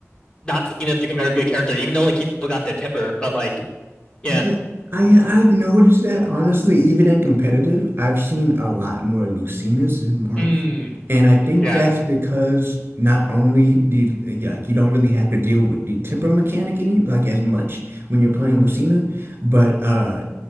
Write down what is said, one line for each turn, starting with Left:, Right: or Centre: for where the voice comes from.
Left: not seen as like a very good character, even though like he still got the tipper, but like yeah,
Right: Yeah, I yeah, I've noticed that honestly, even in competitive, I've seen a lot more Lucinas than Marth.
Left: mm,
Right: And I think
Left: yeah,
Right: that's because not only the yeah, like you don't really have to deal with the tipper mechanic any like as much when you're playing Lucina, but uh,